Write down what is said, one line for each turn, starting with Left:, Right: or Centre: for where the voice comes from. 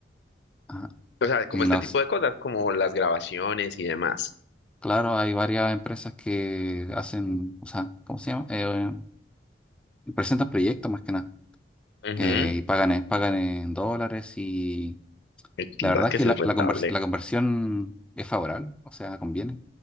Centre: Ajá.
Left: O sea, como
Centre: Y
Left: este
Centre: nos,
Left: tipo de cosas, como las grabaciones y demás.
Centre: claro, hay varias empresas que hacen, o sea, ¿cómo se llama? Eh, presentan proyectos más que nada.
Left: Ujú.
Centre: eh, y pagan en, pagan en dólares y
Left: es
Centre: la
Left: la
Centre: verdad
Left: verdad que
Centre: es que
Left: sí
Centre: la,
Left: es rentable.
Centre: la convers- la conversión es favorable, o sea, conviene.